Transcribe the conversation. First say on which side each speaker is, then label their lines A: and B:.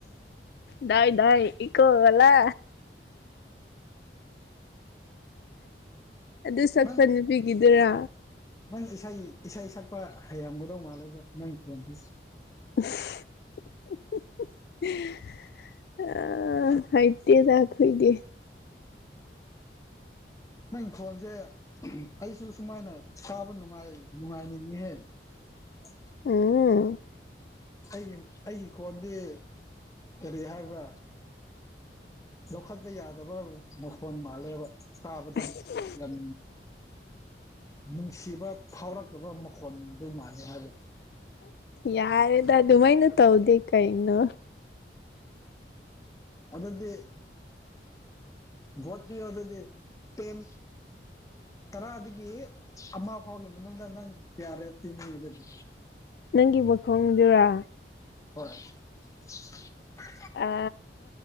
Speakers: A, on the left; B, on the left.
A: ꯗꯥꯏ ꯗꯥꯏ ꯏ ꯏꯀꯣꯒꯂ ꯑꯗꯨ ꯁꯛꯄ
B: ꯅꯪ
A: ꯅꯨꯄꯤꯒꯤꯗꯨꯔ
B: ꯅꯪ ꯏꯁꯩ ꯏꯁꯩ ꯁꯛꯄ ꯍꯩꯔꯝꯒꯗꯧ ꯃꯥꯜꯂꯦꯗ ꯅꯪ ꯈꯣꯟꯁ
A: <inaudible> ꯑ ꯍꯩꯇꯦꯗ ꯈꯣꯏꯗꯤ
B: ꯅꯪ ꯈꯣꯟꯁꯦ ꯑꯩꯁꯨ ꯁꯨꯃꯥꯏꯅ ꯇꯥꯕꯥ ꯅꯨꯡꯉꯥꯏꯅꯤꯡꯉꯦꯍꯦ ꯎ <inaudible>
A: ꯑꯝ
B: ꯑꯩꯒꯤ ꯑꯩꯒꯤ ꯀꯣꯟꯗꯤ ꯀꯔꯤ ꯍꯥꯏꯕ꯭ꯔꯥ ꯂꯧꯈꯠꯄ ꯌꯥꯗꯕ ꯃꯈꯣꯟ ꯃꯥꯜꯂꯦꯕ ꯇꯥꯕꯗ
A: ꯑꯁ
B: ꯌꯥꯝ ꯅꯨꯡꯁꯤꯕ ꯐꯥꯎꯔꯛꯇꯥꯕ ꯃꯈꯣꯟꯗꯨ ꯃꯥꯜꯂꯦ ꯍꯥꯏꯕ
A: ꯌꯥꯔꯦꯗ ꯑꯗꯨꯃꯥꯏꯅ ꯇꯧꯗꯦ ꯀꯩꯅꯣ
B: ꯑꯗꯨꯗꯤ ꯕꯣꯠ ꯄꯤꯌꯣ ꯑꯗꯨꯗꯤ ꯇꯦꯟ ꯇꯔꯥꯗꯒꯤ ꯑꯃ ꯐꯥꯎꯒꯤ ꯃꯅꯨꯡꯗ ꯅꯪ ꯀꯌꯥꯔꯦ ꯄꯤꯅꯤꯡꯉꯤ ꯑꯗꯨꯗꯤ
A: ꯅꯪꯒꯤ ꯃꯈꯣꯟꯗꯨꯔ
B: ꯍꯣꯏ <unintelligible>
A: ꯑ